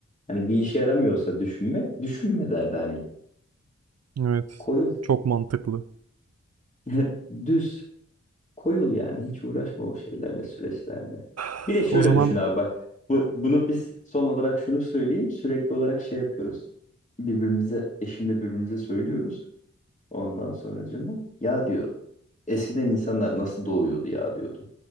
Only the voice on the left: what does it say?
Hani bir işe yaramıyorsa düşünmek, düşünme derdi hani.
Koyul.
<laughs> Düz. Koyul yani. Hiç uğraşma o şeylerle, süreçlerle.
Bir de şöyle
düşün abi bak. Bu, bunu biz son olarak şunu söyleyeyim. Sürekli olarak şey yapıyoruz. Birbirimize, eşimle birbirimize söylüyoruz. Ondan sonracığıma ya diyor eskiden insanlar nasıl doğuyordu ya diyordu.